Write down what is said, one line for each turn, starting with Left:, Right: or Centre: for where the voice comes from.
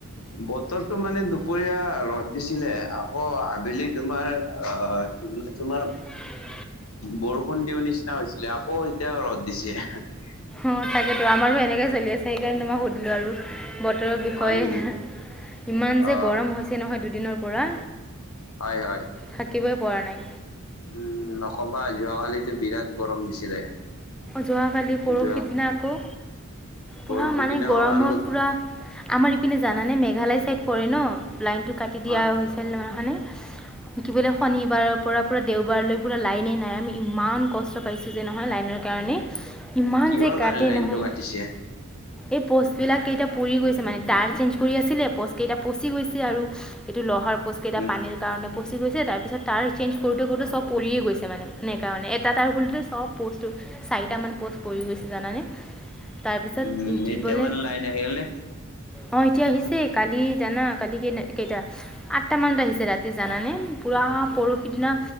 Left: বতৰটো মানে দুপৰীয়া ৰ'দ দিছিলে, আকৌ আবেলি তোমাৰ অঁ কি বোলে তোমাৰ
Centre: <inaudible>
Left: বৰষুণ দিওঁ নিচিনা হৈছিলে, আকৌ এতিয়া ৰ'দ দিছে।
Centre: অঁ, তাকেতো আমাৰো এনেকে চলি আছে, সেইকাৰণে মই সুধিলো আৰু। বতৰৰ বিষয়ে,
Left: হয় নেকি
Centre: ইমান
Left: অ
Centre: যে গৰম হৈছে নহয় দুদিনৰ পৰা।
Left: হয় হয়।
Centre: থাকিবই পৰা নাই।
Left: উম নকবা, যোৱাকালিটো বিৰাট গৰম দিছিলে।
Centre: যোৱাকালি পৰহিদিনা
Left: যোৱা
Centre: আকৌ
Left: বৰষুৰ
Centre: পূৰা মানে
Left: দিনাও
Centre: গৰমত
Left: আৰু
Centre: পূৰা আমাৰ ইপিনে জানানে মেঘালয় চাইড পৰে ন, লাইনটো কাটি দিয়া
Left: হয়
Centre: হৈছিল নহয় হয়নে? কি বোলে শনিবাৰৰ পৰা পূৰা দেওবাৰলৈ পূৰা লাইনে নাই আমি ইমান কষ্ট পাইছোঁ যে নহয় লাইনৰ। কাৰণে, ইমান
Left: কিহৰ
Centre: যে
Left: কাৰণে
Centre: কাতে
Left: লাইনটো
Centre: নহয়।
Left: কাটিছে
Centre: এই প'ষ্টবিলাক কেইটা পৰি গৈছে মানে তাৰ চেঞ্জ কৰি আছিলে প'ষ্ট কেইটা পচি গৈছে আৰু। এইটো লহাৰ প'ষ্ট কেইটা
Left: উম
Centre: পানীৰ কাৰণে পচি গৈছে তাৰপিছত তাৰ চেইঞ্জ কৰোঁতে কৰোঁতে চব পৰিয়ে গৈছে, মানে নে কাৰণে এটা তাৰ খোলোঁতে চব প'ষ্ট চাৰিটামান প'ষ্ট পৰি গৈছে জানানে, তাৰপিছত
Left: উম
Centre: কি
Left: এতিয়া
Centre: বোলে
Left: মানে লাইন আহিলে
Centre: অঁ, এতিয়া আহিছে কালি জানা কালি কেই কেইটা আঠটামান বাজিছে ৰাতি জানানে, পোৰা পৰহি দিনা